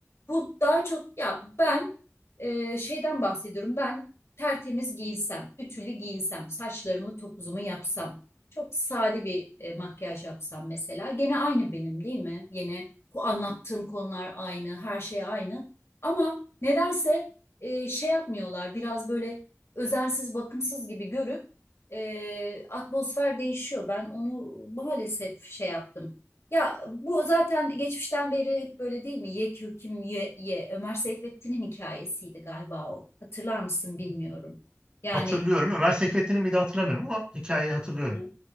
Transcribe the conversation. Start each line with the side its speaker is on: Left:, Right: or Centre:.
Left: bu daha çok ya ben e, şeyden bahsediyorum. Ben tertemiz giyinsem, ütülü giyinsem, saçlarımı topuzumu yapsam, çok sade bir e, makyaj yapsam mesela gene aynı benim değil mi? Yine bu anlattığım konular aynı, her şey aynı. Ama Nedense e, şey yapmıyorlar biraz böyle özensiz bakımsız gibi görüp e, atmosfer değişiyor. Ben onu maalesef şey yaptım. Ya bu zaten geçmişten beri hep böyle değil mi? Ye kürküm ye ye. Ömer Seyfettin'in hikayesiydi galiba o. Hatırlar mısın bilmiyorum. Yani
Right: Hatırlıyorum. Ömer Seyfettin'in miydi hatırlamıyorum ama hikayeyi hatırlıyorum.
Left: e,